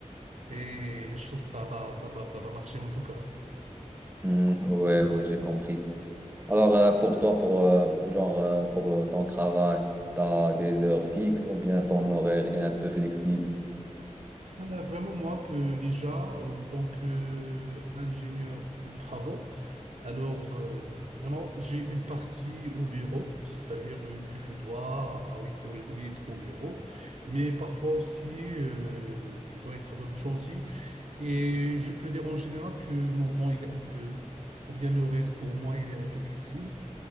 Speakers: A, on the right; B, on the right.
A: et les choses, ça va, ça va, ça va marcher en tout cas.
B: Hmm, ouais, ouais, j'ai compris. Alors, euh, pour toi, pour, euh, genre, euh, pour euh, ton travail, t'as des heures fixes ou bien ton horaire est un peu flexible?
A: Euh, Vraiment, moi, un peu déjà, en tant qu'ingénieur de travaux, alors euh, vraiment, j'ai une partie au bureau, c'est-à-dire euh, que je dois à 8h30 être au bureau, mais parfois aussi, euh, je dois être dans le chantier et je peux dire en général que mon temps, il est un peu, ou bien l'horaire pour moi, il est un peu flexible,